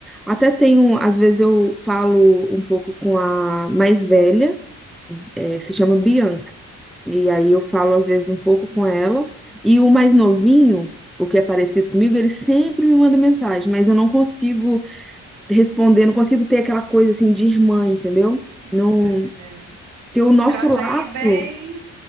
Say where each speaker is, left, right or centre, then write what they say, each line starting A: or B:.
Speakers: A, in the centre; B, on the right.
A: até tenho, às vezes eu falo um pouco com a mais velha, eh, se chama Bianca, e aí eu falo às vezes um pouco com ela, e o mais novinho, o que é parecido comigo, ele sempre me manda mensagem, mas eu não consigo responder, não consigo ter aquela coisa assim de irmã,
B: Não,
A: entendeu?
B: eu
A: Não,
B: tô entendendo.
A: porque o nosso
B: Trata
A: laço,
B: ele bem,